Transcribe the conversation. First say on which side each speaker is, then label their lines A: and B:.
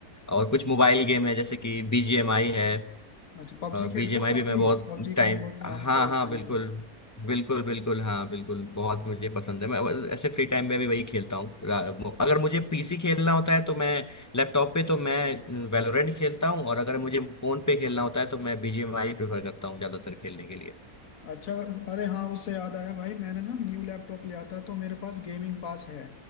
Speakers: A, on the left; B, on the left.
A: और कुछ मोबाइल गेम है जैसे कि बीजीएमआई है
B: अच्छा पबजी खेलते
A: बीजीएमआई
B: हो
A: भी
B: पबजी
A: मैं बहुत
B: पबजी
A: टाइम
B: का ही बहुत नाम
A: हाँ
B: था एक
A: हाँ
B: टाइम
A: बिल्कुल
B: पर
A: बिल्कुल बिल्कुल हाँ बिल्कुल बहुत मुझे पसंद है मैं बस ऐसे फ्री टाइम में भी वही खेलता हूँ रा- मो- अगर मुझे पीसी खेलना होता है तो मैं लैपटॉप पे तो मैं वैलोरेंट खेलता हूँ और अगर मुझे फोन पे खेलना होता है तो मैं बीजीएमआई प्रेफर करता हूँ ज्यादातर खेलने के लिए
B: अच्छा अरे हाँ उससे याद आया भाई मैंने ना न्यू लैपटॉप लिया था तो मेरे पास गेमिंग पास है